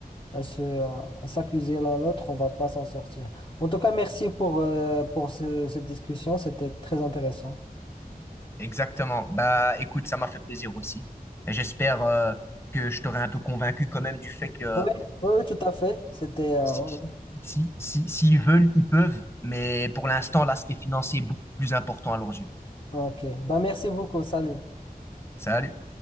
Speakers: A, on the left; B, on the left.
A: à se, à s'accuser l'un l'autre, on va pas s'en sortir. En tout cas, merci pour, euh, pour ce- cette discussion, c'était très intéressant.
B: Exactement. Bah, écoute, ça m'a fait plaisir aussi. Et j'espère euh, que je t'aurai un peu convaincu quand même du fait que euh,
A: Oui, oui, oui, tout à fait. C'était, euh,
B: si,
A: ouais.
B: si, si- s'ils veulent, ils peuvent. Mais pour l'instant, l'aspect financier est beaucoup plus important à leurs yeux.
A: ouais. ok. Bah, merci beaucoup. Salut.
B: Salut.